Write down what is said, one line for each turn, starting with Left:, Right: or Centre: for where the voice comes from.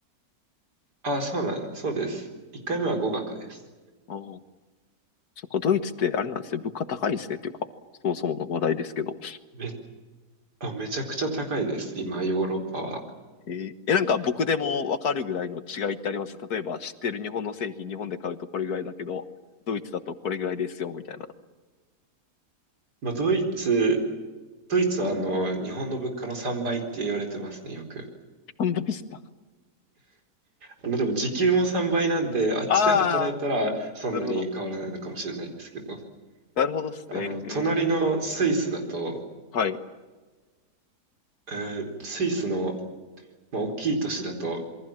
Right: あ、そうなん、そうです。
Left: うん
Right: 一回目は語学です。
Left: ああ、そっか、ドイツってあれなんですね。物価高いんですね。っていうか、そもそもの話題ですけど。
Right: め、あ、めちゃくちゃ高いです、今、ヨーロッパは。
Left: えーえ、なんか僕でもわかるぐらいの違いってあります例えば知ってる日本の製品、日本で買うとこれぐらいだけど、ドイツだとこれぐらいですよ、みたいな。
Right: まあ、ドイツ、ドイツはあの、日本の物価の3倍って言われてますね、よく。
Left: 販売した。
Right: まあでも時給も3倍なんで、あっちで働いたらそんなに変わらないのかもしれないですけど、
Left: ああ、なるほど。なるほどですね。
Right: あの、隣のスイスだと、
Left: えーはい。
Right: えースイスの、まあ、大きい都市だと、